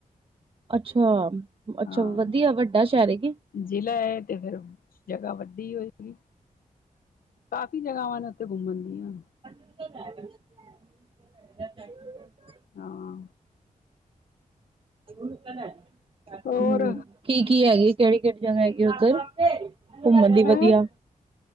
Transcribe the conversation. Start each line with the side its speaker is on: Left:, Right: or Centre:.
Right: ਅੱਛਾ-ਅੱਛਾ
Left: ਹਾਂ
Right: ਵਧੀਆ ਵੱਡਾ ਸ਼ੈਰ ਐ ਕੀ?
Left: ਜ਼ਿਲ੍ਹਾ ਹੈ, ਤੇ ਫੇਰ ਜਗ੍ਹਾ ਵੱਡੀ ਹੋਏਗੀ, ਕਾਫੀ ਜਗਾਵਾਂ ਨੇ ਉੱਥੇ ਘੁੰਮਣ ਦੀਆਂ।
Right: <unintelligible> ਥਕ <unintelligible>
Left: ਹਾਂ
Right: <unintelligible>
Left: ਹੋਰ
Right: ਹੂੰ ਕੀ-ਕੀ ਹੈਗੀ ਕੇੜੀ-ਕੇੜੀ ਜਗਾ ਹੈਗੀ ਉੱਧਰ ਘੁੰਮਣ ਦੀ
Left: ਹੈਂ
Right: ਵਧੀਆ?